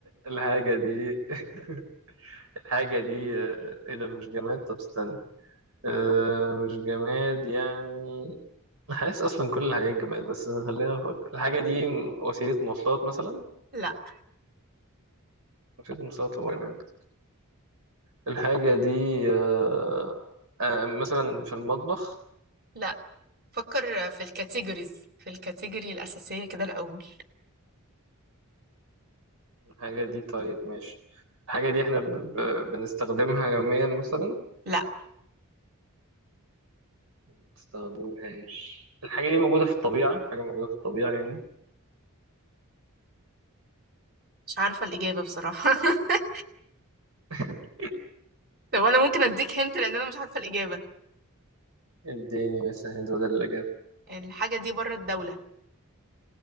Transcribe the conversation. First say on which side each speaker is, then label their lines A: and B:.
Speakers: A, on the right (about 85°); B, on the right (about 45°).
A: الحاجة دي <laughs> الحاجة دي آه، ايه ده مش جماد طب استنى آه، مش جماد يعني أنا حاسس اصلا كل الحاجات جماد بس خلينا نفكر الحاجة دي وسيلة مواصلات مثلا
B: لا
A: وسيلة مواصلات هو جماد الحاجة دي آه، آه، مثلا في المطبخ
B: لا فكر في الكاتيجوريز في الكاتيجوري الأساسية كده الأول
A: الحاجة دي طيب ماشي الحاجة دي احنا بن- ب- بنستخدمها يوميا مثلا
B: لا
A: ما بنستخدمهاش الحاجة دي موجودة في الطبيعة حاجة موجودة في الطبيعة يعني
B: مش عارفة الإجابة بصراحة <laughs>
A: <laughs>
B: طب أنا ممكن أديك هنت لأن أنا مش عارفة الإجابة
A: اديني مثلا هند بدل الإجابة
B: الحاجة دي بره الدولة